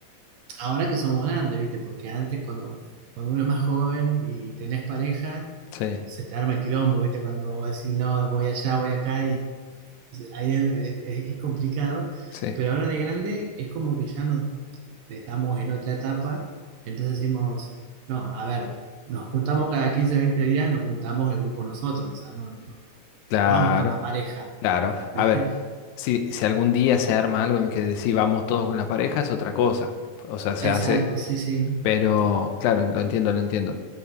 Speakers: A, on the right; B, on the left.
A: ahora que somos grandes, ¿viste? Porque antes cuando, cuando uno es más joven y tenés pareja,
B: Sí,
A: se te arma el quilombo, ¿viste? Cuando vos decís, no, voy allá, voy acá, y ahí es, es- es complicado,
B: sí,
A: pero ahora de grande es como que ya no estamos en otra etapa, entonces decimos, no, a ver, nos juntamos cada 15 o 20 días, nos juntamos el grupo nosotros, o sea, no, no, no-
B: claro.
A: no vamos con la pareja,
B: Claro,
A: ¿viste?
B: a ver, si, si algún día se arma algo en el que decís vamos todos con la pareja es otra cosa, o sea, se
A: Exacto,
B: hace,
A: sí, sí.
B: pero claro, lo entiendo, lo entiendo.